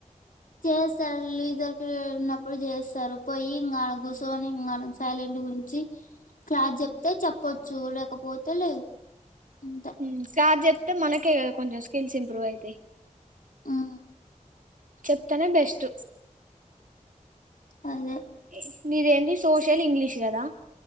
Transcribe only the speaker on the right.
మ్ క్లాస్ చెప్తే మనకే కదా కొంచెం స్కిల్స్ ఇంప్రూవ్ అయితయి
చెప్తనే బెస్ట్
ఎ నీదేంది సోషల్ ఇంగ్లీష్ కదా